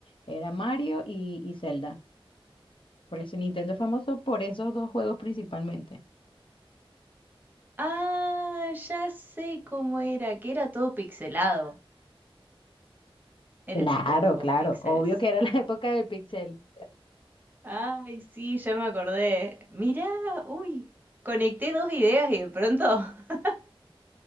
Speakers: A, on the left (about 60°); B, on the right (about 20°).
A: era Mario y, y Zelda. Por eso Nintendo es famoso por esos dos juegos principalmente.
B: Ah, ya sé cómo era, que era todo pixelado. Era
A: Claro,
B: así como con
A: claro.
B: píxeles.
A: Obvio que era la <laughs> época del pixel.
B: Ay, sí, ya me acordé. Mirá, uy, conecté dos ideas y de pronto, <laughs>